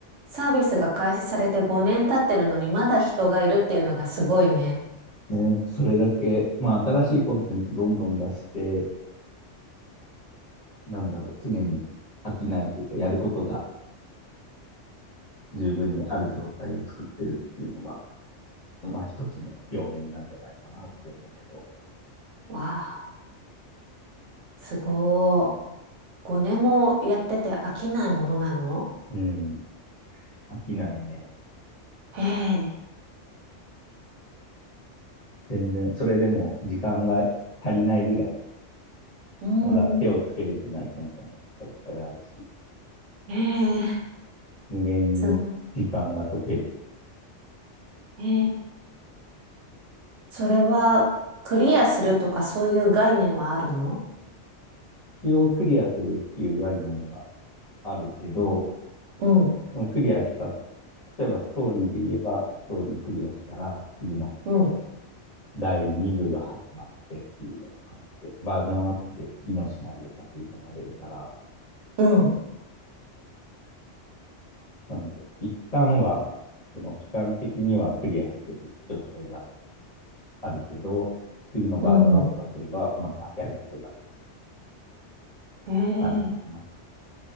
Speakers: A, on the right; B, on the left.
A: サービスが開始されて5年経ってるのにまだ人がいるっていうのがすごいね。
B: ね、それだけ、まあ新しいコンテンツどんどん出して、なんだろう、常に飽きないというか、やることが十分にある状態を作ってるっていうのが、まあ一つの要因なんじゃないかなって思うけど。
A: わあ、すごい。5年もやってて飽きないものなの
B: うん。飽きないね。
A: ええ、
B: 全然、それでも時間が足りないぐらい、
A: うん、
B: まだ手をつけれてないコンテンツとかいっぱいあるし、
A: ええ、
B: 無限に時間が解ける。
A: すごい。ええ、それはクリアするとかそういう概念はあるの
B: 一応クリアするっていう概念はあるけど、
A: うん、
B: クリアした、例えばストーリーで言えば、ストーリークリアしたら、次の
A: うん、
B: 第2部が始まってっていうような感じで、バージョンアップで次のシナリオが追加されるから、
A: うん、
B: なんだろう、一旦は、その期間的にはクリアしてる状態があるけど、次のバージョンアップが来れば、
A: うん、うん。
B: またやることが出る
A: え
B: 感じかな。